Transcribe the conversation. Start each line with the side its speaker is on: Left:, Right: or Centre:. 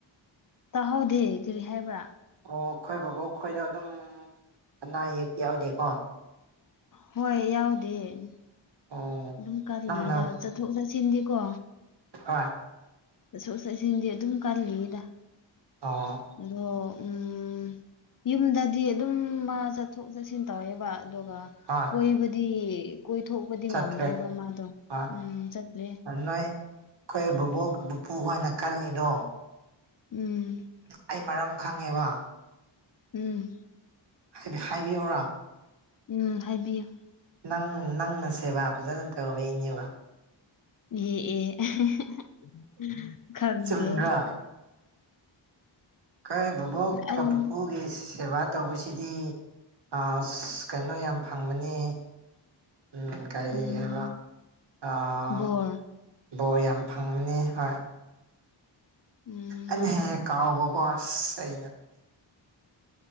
Left: ꯆꯥꯍꯧꯗꯦ ꯀꯔꯤ ꯍꯥꯏꯕ꯭ꯔꯥ
Right: ꯑꯣ ꯑꯩꯈꯣꯏ ꯕꯕꯣꯛ ꯑꯩꯈꯣꯏꯗ ꯑꯗꯨꯝ ꯑꯅꯥ ꯑꯌꯦꯛ ꯌꯥꯎꯗꯦꯀꯣ
Left: ꯍꯣꯏ ꯌꯥꯎꯗꯦ ꯑꯗꯨꯝ
Right: ꯑꯣ
Left: ꯀꯜꯂꯤꯗ
Right: ꯅꯪꯅ
Left: ꯆꯠꯊꯣꯛ ꯆꯠꯁꯤꯟꯗꯤꯀꯣ
Right: ꯑ
Left: ꯁꯁꯁꯤꯗꯤ ꯑꯗꯨꯝ ꯀꯂꯤꯗ
Right: ꯑꯣ
Left: ꯑꯗꯣ ꯎꯝ ꯌꯨꯝꯗꯗꯤ ꯑꯗꯨꯝ ꯆꯠꯊꯣꯛ ꯆꯠꯁꯤꯟ ꯇꯧꯋꯦꯕ ꯑꯗꯨꯒ
Right: ꯍꯣꯏ
Left: ꯀꯣꯏꯕꯗꯤ ꯀꯣꯏꯊꯣꯛꯄꯗꯤ
Right: ꯆꯠꯇ꯭ꯔꯦ
Left: ꯉꯝꯗ꯭ꯔꯦꯕ ꯃꯥꯗꯣ
Right: ꯍꯣꯏ
Left: ꯎꯝ ꯆꯠꯇ꯭ꯔꯤ
Right: ꯅꯣꯏ ꯑꯩꯈꯣꯏ ꯕꯕꯣꯛ ꯕꯨꯄꯨꯈꯣꯏꯅ ꯀꯜꯂꯤꯗꯣ
Left: ꯎꯝ
Right: ꯑꯩ ꯃꯔꯝ ꯈꯪꯉꯦꯕ
Left: ꯎꯝ
Right: ꯍꯥꯏꯕꯤ ꯍꯥꯏꯕꯤꯌꯨꯔꯥ
Left: ꯎꯝ ꯍꯥꯏꯕꯤꯌꯨ
Right: ꯅꯪ ꯅꯪꯅ ꯁꯦꯕꯥ ꯐꯖꯅ ꯇꯧꯋꯤꯅꯦꯕ
Left: ꯌꯦ ꯑꯦ <unintelligible> ꯈꯪꯗꯦ
Right: ꯆꯨꯝꯗ꯭ꯔꯥ ꯀꯩ ꯕꯨꯕꯣꯛ ꯀ
Left: ꯑꯩ
Right: ꯄꯨꯄꯨꯒꯤꯁꯤ ꯁꯦꯕꯥ ꯇꯧꯕꯁꯤꯗꯤ ꯀꯩꯅꯣ ꯑꯁ ꯀꯩꯅ‌ꯣ ꯌꯥꯝ ꯐꯪꯕꯅꯦ ꯎꯝ ꯀꯩꯔꯤ
Left: ꯎꯝ
Right: ꯍꯥꯏꯕ ꯑꯥ
Left: ꯕꯣꯔ
Right: ꯕꯣꯔ ꯌꯥꯝ ꯐꯪꯕꯅꯤ ꯍꯣꯏ
Left: ꯎꯝ
Right: ꯑꯅ ꯍꯦꯛ ꯀꯥꯎꯕꯒꯣ ꯑꯁ ꯑꯩꯅ